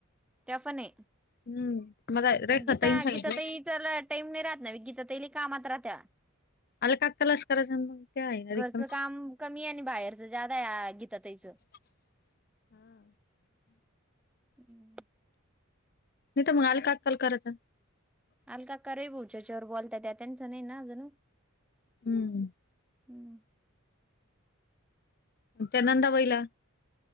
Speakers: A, in the centre; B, on the left.
A: त्या फने <inaudible> <inaudible>
B: हम्म मला रेखा
A: पण गीता
B: ताईन सांगितलं
A: गीताातही त्याला टाईम नाही राहत ना गीतातईली कामात्रह त्या
B: आलं काकालाच
A: <inaudible>
B: करायचं आणि मग ते आहे ना
A: घरचं
B: रिकाम
A: काम कमी आहे आणि बाहेरच जादा आहे घीता त्याचं
B: <inaudible> हा
A: <inaudible> हम्म
B: नाही तर मग आले का कल करायचं. <inaudible>
A: अलका करही भाोच्याच्यावर बोलता त्या त्यांच नाही ना जणू <inaudible>
B: हम्म <inaudible>
A: हम्म <inaudible>
B: त्यानंदा वईला <inaudible>